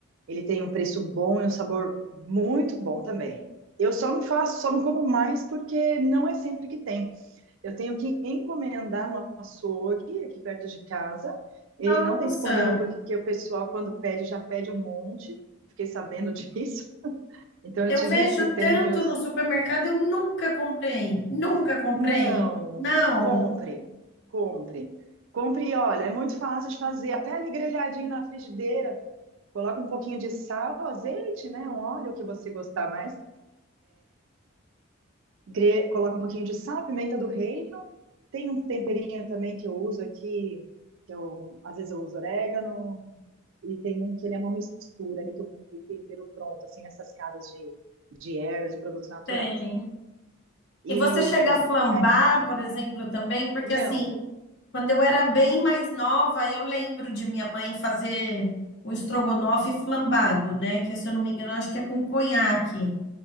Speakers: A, on the right; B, on the left.
A: Ele tem um preço bom e um sabor muito bom também. Eu só não faço, só não como mais porque não é sempre que tem. Eu tenho que encomendar no açougue, aqui perto de casa. Ele
B: Nossa,
A: não tem disponível porque o pessoal, quando pede, já pede um monte. Fiquei sabendo <laughs> disso. Então,
B: eu
A: eu tive
B: vejo
A: que ir tendo
B: tanto
A: meus.
B: no supermercado, eu nunca comprei, nunca comprei.
A: Não,
B: Não,
A: compre, compre. Compre, olha, é muito fácil de fazer. Até ali grelhadinho na frigideira. Coloca um pouquinho de sal, azeite, né? Um óleo que você gostar mais. gre- coloco um pouquinho de sal, pimenta do reino. Tem um temperinho também que eu uso aqui, que eu, às vezes eu uso orégano, e tem um que ele é uma mistura ali que eu compro em tempero pronto, assim, nessas casas de, de ervas, de produtos naturais.
B: tem.
A: E
B: E você chega a flambar, por exemplo, também, porque
A: não.
B: assim, quando eu era bem mais nova, eu lembro de minha mãe fazer o estrogonofe flambado, né? Que se eu não me engano, acho que é com conhaque